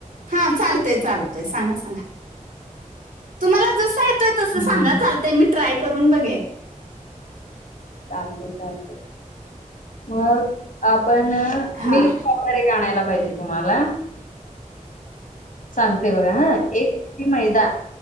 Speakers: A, on the right; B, on the left.
A: हा चालतय चालतय सांगा सांगा तुम्हाला जस येतय. तस
B: हम्म
A: सांगा
B: हम्म.
A: चालतय मी ट्राय करून बघेन.
B: चालते चालते मग आपण
A: हा
B: मिल्क पावडर एक. आणायला पाहिजे तुम्हाला सांगते बघा हा एकी मैदा